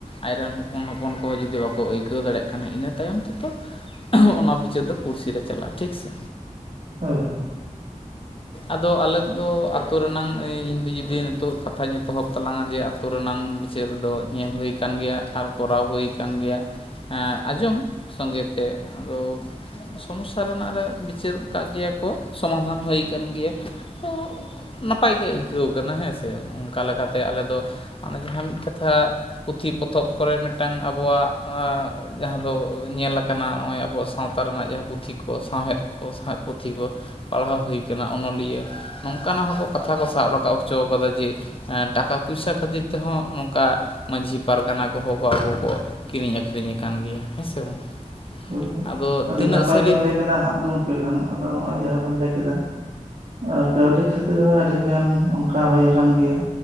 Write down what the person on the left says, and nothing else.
ᱟᱡᱨᱮ ᱨᱮᱱ ᱦᱚᱯᱚᱱ ᱦᱚᱯᱚᱱ ᱠᱚᱦᱚᱸ ᱡᱩᱫᱤ ᱵᱟᱠᱚ ᱟᱹᱭᱠᱟᱹᱣ ᱫᱟᱲᱮᱭᱟᱜ ᱠᱷᱟᱱ ᱤᱱᱟᱹ ᱛᱟᱭᱚᱢ ᱛᱮ ᱛᱚ ᱚᱱᱟ ᱵᱤᱪᱟᱹᱨ ᱫᱚ ᱯᱩᱲᱥᱤ ᱨᱮ ᱪᱟᱞᱟᱜᱼᱟ ᱴᱷᱤᱠᱽ ᱥᱮ
ᱟᱫᱚ ᱟᱞᱮ ᱫᱚ ᱟᱹᱛᱩ ᱨᱮᱱᱟᱝ ᱤᱧ ᱫᱚ ᱡᱩᱫᱤ ᱱᱤᱛᱚᱜ ᱠᱟᱛᱷᱟᱧ ᱮᱛᱚᱦᱚᱵ ᱛᱟᱞᱟᱝ-ᱟ ᱡᱮ ᱟᱹᱛᱳ ᱨᱮᱱᱟᱝ ᱵᱤᱪᱟᱹᱨ ᱫᱚ ᱧᱮᱞ ᱦᱩᱭ ᱟᱠᱟᱱ ᱜᱮᱭᱟ, ᱟᱨ ᱠᱚᱨᱟᱣ ᱦᱩᱭᱟᱠᱟᱱ ᱜᱮᱭᱟ᱾ ᱟᱸᱡᱚᱢ ᱥᱚᱸᱜᱮ ᱛᱮ ᱟᱫᱚ ᱥᱚᱢᱚᱥᱟ ᱨᱮᱱᱟᱜ ᱨᱮ ᱵᱤᱪᱟᱹᱨ ᱠᱟᱜ ᱜᱮᱭᱟ ᱠᱚ ᱥᱚᱢᱟᱫᱷᱟᱱ ᱦᱩᱭ ᱠᱟᱱ ᱜᱮᱭᱟ, ᱛᱚ ᱱᱟᱯᱟᱭ ᱜᱮ ᱟᱹᱭᱠᱟᱹᱣ ᱠᱟᱱᱟ ᱦᱮᱸ ᱥᱮ ᱚᱱᱠᱟ ᱞᱮᱠᱟᱛᱮ ᱟᱞᱮ ᱫᱚ ᱦᱟᱱᱮ ᱡᱟᱦᱟᱸ ᱢᱤᱫ ᱠᱟᱛᱷᱟ ᱯᱩᱛᱷᱤ ᱯᱚᱛᱷᱚᱵ ᱠᱚᱨᱮ ᱢᱮᱫᱴᱟᱝ ᱟᱵᱚᱣᱟᱜ ᱟᱸᱻ ᱡᱟᱦᱟᱸ ᱫᱚ ᱧᱮᱞᱟᱠᱟᱱᱟ ᱦᱚᱸᱜᱼᱚᱭ ᱟᱵᱚᱣᱟᱜ ᱥᱟᱶᱛᱟ ᱨᱮᱱᱟᱜ ᱡᱟᱦᱟᱸ ᱯᱩᱛᱷᱤ ᱠᱚ ᱥᱟᱶᱦᱮᱫ ᱥᱟᱶᱦᱮᱫ ᱯᱩᱛᱷᱤ ᱠᱚ ᱯᱟᱲᱦᱟᱣ ᱦᱩᱭ ᱠᱟᱱᱟ ᱚᱱᱚᱞᱤᱭᱟᱹ ᱤᱭᱟᱹ ᱱᱚᱝᱠᱟᱱᱟᱜ ᱦᱚᱸ ᱠᱚ ᱠᱟᱛᱷᱟ ᱠᱚ ᱥᱟᱵ ᱨᱟᱠᱟᱵ ᱦᱚᱪᱚ ᱠᱟᱫᱟ ᱡᱮ ᱮᱸᱻ ᱴᱟᱠᱟ ᱯᱚᱭᱥᱟ ᱠᱷᱟᱹᱛᱤᱨ ᱛᱮᱦᱚᱸ ᱱᱚᱝᱠᱟ ᱢᱟᱹᱡᱷᱤ ᱯᱟᱨᱜᱟᱱᱟ ᱠᱚᱦᱚᱸ ᱠᱚ ᱟᱹᱜᱩ ᱠᱚᱣᱟ ᱠᱤᱨᱤᱧ ᱟᱠᱷᱨᱤᱧ ᱟᱠᱟᱱ ᱜᱮᱭᱟ ᱦᱮᱸ ᱥᱮ ᱵᱟᱝ
ᱟᱫᱚ
ᱛᱤᱱᱟᱹᱜ
ᱥᱟᱹᱨᱤ